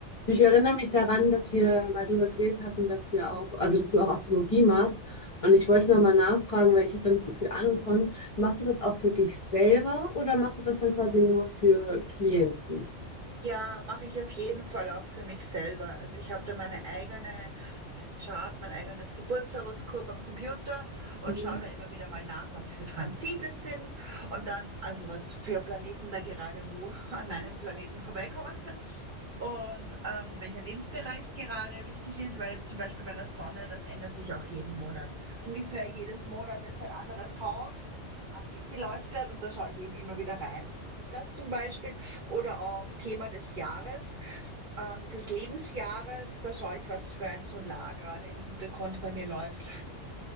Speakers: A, on the left; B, on the right.
A: Ich erinnere mich daran, dass wir mal drüber geredet hatten, dass wir auch, also dass du auch Astrologie machst. Und ich wollte da mal nachfragen, weil ich habe da nicht so viel Ahnung von. Machst du das auch für dich selber oder machst du das dann quasi nur für Klienten?
B: Ja, mache ich auf jeden Fall auch für mich selber. Also ich habe da meine eigene Chart, mein eigenes Geburtshoroskop am Computer und
A: Mhm.
B: schaue da immer wieder mal nach, was für Transite sind und dann, also was für Planeten da gerade wo an meinem Planeten vorbeikommen. Und ähm, welcher Lebensbereich gerade wichtig ist, weil zum Beispiel bei der Sonne, das ändert sich auch jeden Monat. Ungefähr jedes Monat ist ein anderes Haus ange- beleuchtet und da schaue ich eben immer wieder rein. Das zum Beispiel. Oder auch Thema des Jahres, ähm, des Lebensjahres, da schaue ich, was für ein Solar gerade im Hintergrund bei mir läuft.